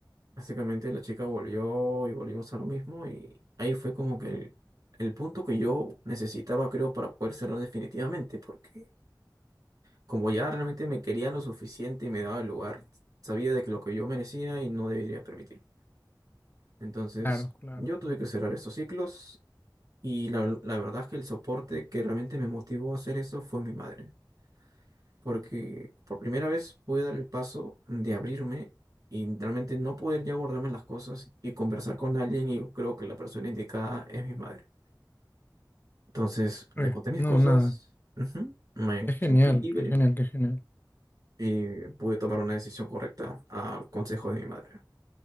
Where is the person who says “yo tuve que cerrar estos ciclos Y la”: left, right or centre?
Right